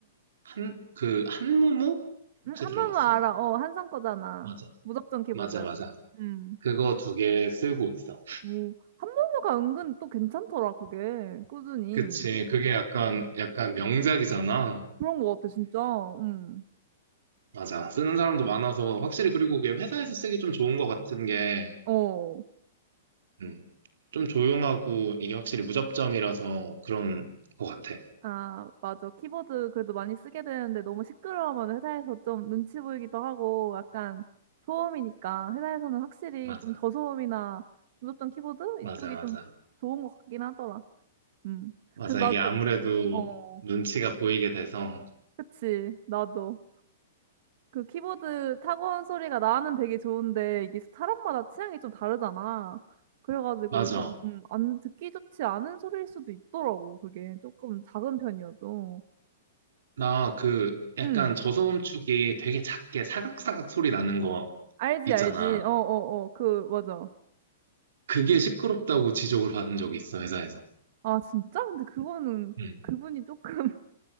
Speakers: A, on the right; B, on the right.
A: 한, 그, 한무무? 혹시
B: 음, 한무무
A: 들어봤어?
B: 알아. 어, 한상 거잖아.
A: 맞아.
B: 무접점 키보드.
A: 맞아, 맞아.
B: 음.
A: 그거 두 개 쓰고 있어.
B: 오, 한무무가 은근 또 괜찮더라, 그게. 꾸준히.
A: 그치. 그게 약간, 약간 명작이잖아.
B: 그런 것 같아, 진짜. 음.
A: 맞아. 쓰는 사람도 많아서 확실히 그리고 그게 회사에서 쓰기 좀 좋은 것 같은 게,
B: 어.
A: 음, 좀 조용하고 이게 확실히 무접점이라서 그런 것 같아.
B: 아, 맞아. 키보드 그래도 많이 쓰게 되는데 너무 시끄러우면 회사에서 좀 눈치 보이기도 하고 약간 소음이니까 회사에서는 확실히
A: 맞아.
B: 좀 저소음이나 무접점 키보드?
A: 맞아,
B: 이쪽이
A: 맞아.
B: 좀 좋은 것 같긴 하더라. 음.
A: 맞아.
B: 그래서 나도,
A: 이게 아무래도
B: 어,
A: 눈치가 보이게 돼서.
B: 그치. 나도. 그 키보드 타건 소리가 나는 되게 좋은데 이게 사람마다 취향이 좀 다르잖아. 그래가지고
A: 맞아.
B: 좀, 음, 안, 듣기 좋지 않은 소리일 수도 있더라고. 그게 조금 작은 편이어도.
A: 나 그 약간
B: 응,
A: 저소음축이 되게 작게 사각사각 소리 나는 거
B: 알지,
A: 있잖아.
B: 알지. 어, 어, 어, 그, 맞아.
A: 그게 시끄럽다고 지적을 받은 적이 있어, 회사에서.
B: 아, 진짜? 근데 그거는
A: 음.
B: 그분이 조금 <laughs>